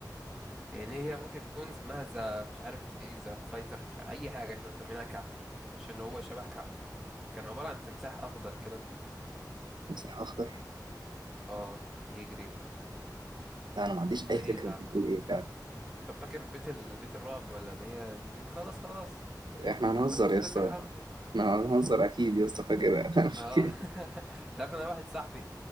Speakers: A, in the centre; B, on the right (about 80°).
A: يعني هي ممكن تكون اسمها ذا مش عارف ايه ذا فايتر مش عارف اي حاجه احنا مسمينها كعبول عشان هو شبه كعبول كان عباره عن تمساح اخضر كده
B: تمساح اخضر
A: اه كان بيجري
B: لا انا ما عنديش
A: ومستحيل
B: اي فكره
A: يلعب
B: انت بتقول ايه فعلا
A: يعرف. طب فاكر بيت ال... بيت الرعب ولا اللي هي اللي بيقول خلاص خلاص
B: احنا هنهزر
A: ابوس
B: يا
A: ايدك
B: اسطى
A: ارحمني
B: احنا هنهزر اكيد يا اسطى فاكر <laughs> انا فاكر
A: اه <laughs> انت عارف إن انا واحد صاحبي